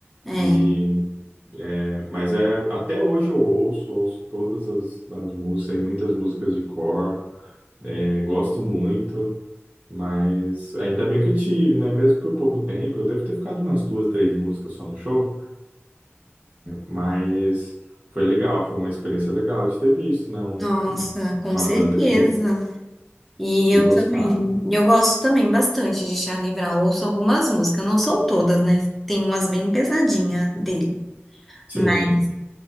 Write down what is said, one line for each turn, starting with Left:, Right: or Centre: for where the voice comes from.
Centre: É.
Right: E, é, mas é, até hoje eu ouço, ouço todas as, as músicas, e muitas músicas de cor, é, gosto muito, mas ainda bem que eu tive, né? Mesmo por pouco tempo, eu devo ter ficado umas duas, três músicas só no show, mas foi legal, foi uma experiência legal de ter visto, né? Um,
Centre: Nossa, com
Right: uma
Centre: certeza.
Right: banda que,
Centre: E
Right: que
Centre: eu
Right: gostava.
Centre: também, eu gosto também bastante de Charlie Brown. Ouço algumas músicas, não são todas, né? Tem umas bem pesadinhas dele,
Right: Sim.
Centre: mas